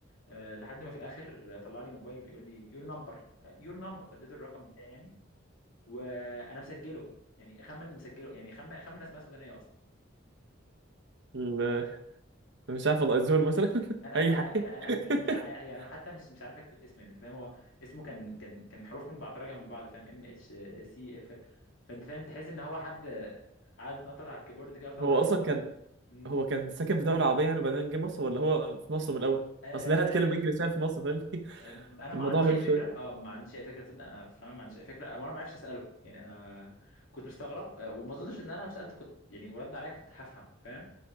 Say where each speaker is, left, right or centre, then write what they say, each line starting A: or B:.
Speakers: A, on the left (about 80°); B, on the right (about 65°).
A: آه، لحد ما في الاخر طلع لي موبايله بيقول لي يور نمبر يور نمبر فاديته الرقم بتاعي يعني وانا مسجله يعني اخمن مسجله يعني اخمن اخمن اسماء سودانيه اصلا
B: ال- مش عارف والله الزول مثلا <laughs>
A: انا
B: أي
A: انا
B: حاجة
A: انا انا انا
B: <laughs>
A: مش مش ع- يعني انا حتى مش مش عارف اكتب اسمه يعني انت فاهم هو اسمه كان كان كان حروف متبعترة جنب بعض فاهم ام اتش سي اف فانت فاهم تحس ان هو حد قاعد يتنطط على الكيبورد كده وطلع
B: هو أصلا
A: اسمه
B: كان
A: يعني امم
B: هو كان ساكن في دولة عربية يعني وبعدين جه مصر ولا هو في مصر من الأول؟
A: آه
B: أصل ليه هتكلم إنجليزي يعني في مصر فاهمني <laughs>
A: انا ما
B: الموضوع
A: عنديش
B: غريب
A: اي فكره
B: شوية
A: اه ما عنديش اي فكره تصدق انا فعلا ما عنديش اي فكره وانا ما عرفش اساله يعني انا كنت مستغرب آه، وما اظنش ان انا لو سالته كنت يعني ورد عليا كنت هفهم فاهم